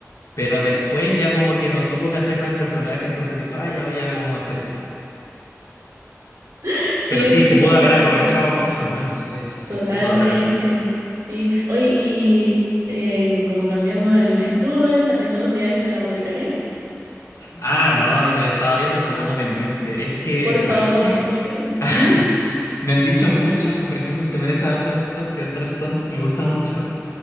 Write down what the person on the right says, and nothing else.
sí.
<laughs> Sí,
eso
fue
como...
Totalmente,
sí. Oye, y eh, como cambiando de anime, ¿tú estás viendo los diarios de la boticaria?
Por
favor,
míralo.
¿Mm?